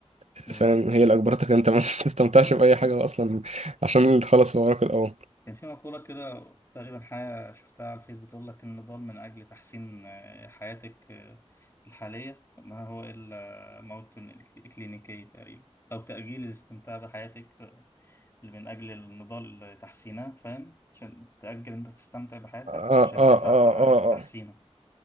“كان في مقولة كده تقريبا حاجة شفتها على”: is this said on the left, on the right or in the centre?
Left